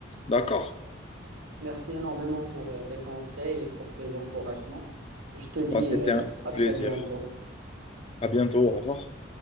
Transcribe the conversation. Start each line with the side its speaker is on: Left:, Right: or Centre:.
Left: D'accord?
Right: Merci énormément pour euh, tes conseils et pour tes encouragements. Je te dis
Left: Bah, c'était
Right: euh,
Left: un
Right: à
Left: plaisir.
Right: très bientôt.
Left: À bientôt, au revoir.